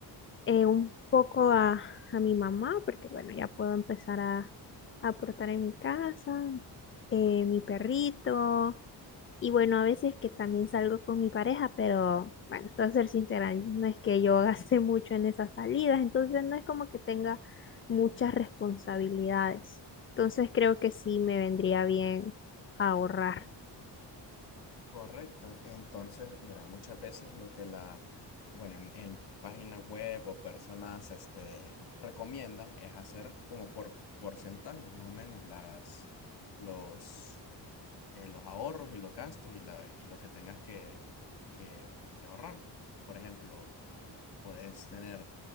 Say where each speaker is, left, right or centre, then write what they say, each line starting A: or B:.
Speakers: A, on the left (about 30°); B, on the left (about 60°).
A: eh, un poco a, a mi mamá, porque bueno, ya puedo empezar a a aportar en mi casa, eh, mi perrito. Y bueno, a veces que también salgo con mi pareja, pero bueno, para ser sincera, no es que yo <laughs> gaste mucho en esas salidas, entonces no es como que tenga muchas responsabilidades. Entonces creo que sí me vendría bien ahorrar.
B: Correcto. Entonces, mira, muchas veces lo que la, bueno, en, en páginas web o personas, este, recomiendan es hacer como por porcentajes, más o menos, las, los, eh, los ahorros y los gastos y la, y lo que tengas que, que, que ahorrar. Por ejemplo, podés tener,